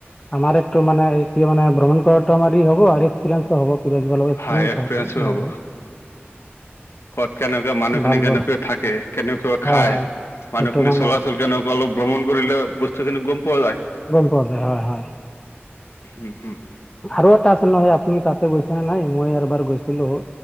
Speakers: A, on the left; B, on the left.
A: আমাৰ এইটো মানে এয়া মানে ভ্ৰমণ কৰাটো আমাৰ ই হব আৰু এক্সপিৰিয়েন্ঞ্চটো হ'ব। <unintelligible> এক্স
B: হয় এক্সপিৰিয়েঞ্চো হ'ব
A: <unintelligible>
B: ক'ত কেনেকুৱা মানুহখিনি,
A: ভাল
B: কেনেকৈ
A: ভাল
B: থাকে, কেনেকুৱা
A: হয়
B: খায়
A: হয়
B: মানুহখিনি
A: সেইটো মানে
B: চলাচল কেনেকুৱা, অলপ ভ্ৰমণ কৰিলে বস্তুখিনি গম পোৱা যায়।
A: গম পোৱা হয়, হয়।
B: হুম, হুম।
A: আৰু এটা আছে নহয়। তুমি তাতে গৈছা নে নাই? মই এৰবাৰ গৈছিলো। অ